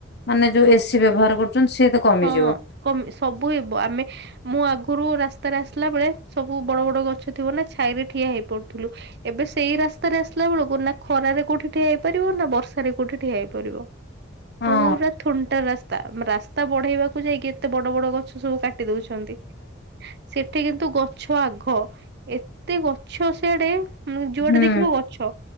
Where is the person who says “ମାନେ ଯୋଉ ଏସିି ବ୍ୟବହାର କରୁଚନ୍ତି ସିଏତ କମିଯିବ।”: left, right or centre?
Left